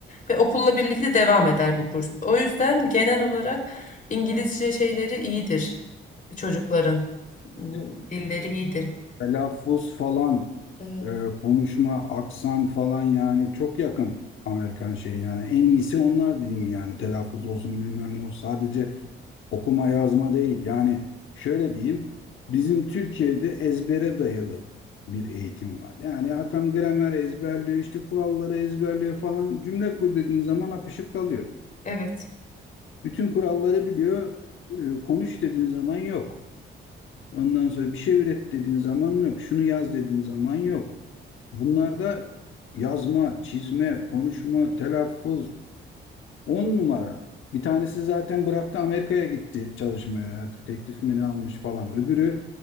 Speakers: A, on the left; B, on the left.
A: Ve okulla birlikte devam eder bu kurs. O yüzden genel olarak İngilizce şeyleri iyidir çocukların m,
B: Böyle,
A: dilleri
B: e,
A: iyidir.
B: telaffuz falan,
A: Evet.
B: e, konuşma, aksan falan yani çok yakın Amerikan şey yani. En iyisi onlar diyeyim yani. Telaffuz olsun bilmem ne olsun. Sadece okuma yazma değil. Yani şöyle diyeyim. Bizim Türkiye'de ezbere dayalı bir eğitim var. Yani atam gramer ezberliyor, işte kuralları ezberliyor falan. Cümle kur dediğin zaman apışıp kalıyor.
A: Evet.
B: Bütün kuralları biliyor. E, Konuş dediğin zaman yok. Ondan sonra bir şey üret dediğin zaman yok. Şunu yaz dediğin zaman yok. Bunlarda yazma, çizme, konuşma, telaffuz on numara. Bir tanesi zaten bıraktı Amerika'ya gitti çalışmaya artık teklif mi ne almış falan. Öbürü